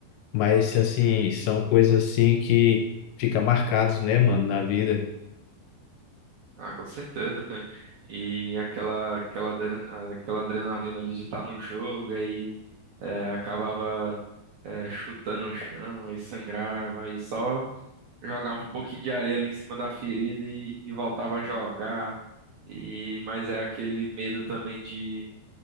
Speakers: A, on the left; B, on the right.
A: Mas, assim, são coisas assim que fica marcados, né, mano, na vida.
B: Ah, com certeza. <laughs> E aquela, aquela, adrena- aquela adrenalina ali de estar no jogo, aí é, acabava é, chutando o chão, aí sangrava, aí só jogava um pouquinho de areia ali em cima da ferida e, e voltava a jogar. E, mas é aquele medo também de,